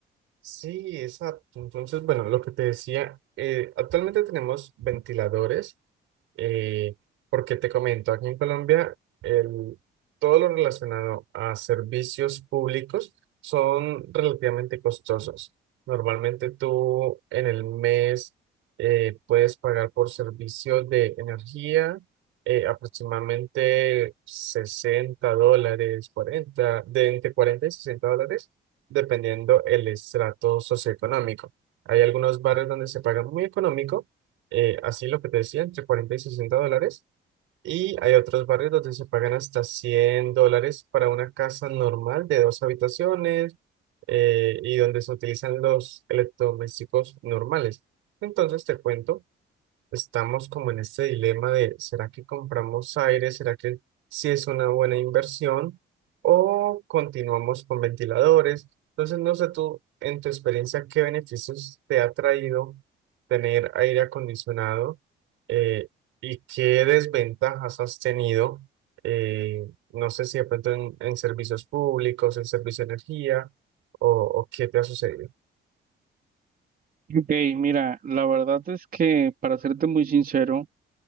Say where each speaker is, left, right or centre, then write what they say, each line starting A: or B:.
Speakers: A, on the right; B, on the right.
A: Sí, exacto. Entonces, bueno, lo que te decía, eh, actualmente tenemos ventiladores, eh, porque te comento, aquí en Colombia, el, todo lo relacionado a servicios públicos son relativamente costosos. Normalmente tú en el mes eh, puedes pagar por servicios de energía eh, aproximadamente 60 dólares, 40 de entre 40 y 60 dólares dependiendo el estrato socioeconómico. Hay algunos barrios donde se paga muy económico, eh, así lo que te decía, entre 40 y 60 dólares, y hay otros barrios donde se pagan hasta 100 dólares para una casa normal de dos habitaciones eh, y donde se utilizan los electrodomésticos normales. Entonces te cuento estamos como en este dilema de, ¿será que compramos aire? ¿Será que sí es una buena inversión? ¿O continuamos con ventiladores? Entonces, no sé tú, en tu experiencia, ¿qué beneficios te ha traído tener aire acondicionado eh, y qué desventajas has tenido? Eh, no sé si de pronto en, en servicios públicos, en servicio de energía, o, o qué te ha sucedido.
B: Ok, mira, la verdad es que para serte muy sincero,